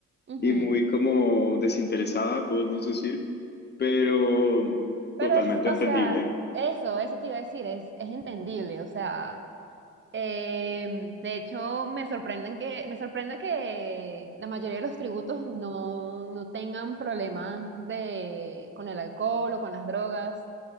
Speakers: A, on the right; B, on the left.
A: ujú.
B: y muy como desinteresada, podemos decir, pero
A: Pero
B: totalmente
A: es, o
B: entendible.
A: sea, eso, eso te iba a decir, es, es entendible, o sea. Em, de hecho, me sorprenden que, me sorprende que la mayoría de los tributos no, no tengan problemas de, con el alcohol o con las drogas.